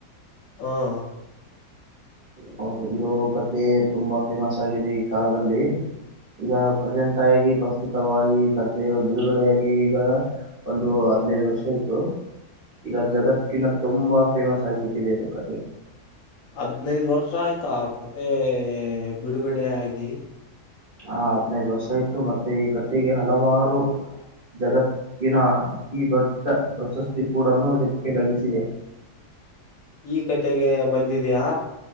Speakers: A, on the left; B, on the right.
A: ಹಾ
B: ಹೌದು ಇದು ಕತ್ತೆ ತುಂಬಾ ಫೇಮಸ್ ಆಗಿದೆ ಈ ಕಾಲದಲ್ಲಿ ಈಗ ಪ್ರೆಸೆಂಟ್ ಆಗಿ ಪ್ರಸ್ತುತವಾಗಿ ಕಥೆಯ ಬಿಡುಗಡೆಯಾಗಿ ಈಗ ಒಂದು ಹದ್ನೈದು ವರ್ಷ ಆಯ್ತು ಈಗ ಜಗತ್ತಿನ ತುಂಬಾ ಫೇಮಸ್ ಆಗ್ಬಿಟ್ಟಿದೆ ಇದು ಕಥೆ.
A: ಹದ್ನೈದ ವರ್ಷ ಆಯ್ತ ಆ ಕಥೆ ಬಿಡುಗಡೆ ಆಗಿ.
B: ಹ ಹದ್ನೈದ ವರ್ಷ ಆಯ್ತು ಮತ್ತೆ ಈ ಕಥಿಗೆ ಹಲವಾರು. ಜಗತ್ತಿನ ಅತಿ ದೊಡ್ಡ ಪ್ರಶಸ್ತಿ ಕೂಡನು ಇದಕ್ಕೆ ಲಭಿಸಿದೆ.
A: ಈ ಕತೆಗೆ ಬಂದದಿಯಾ?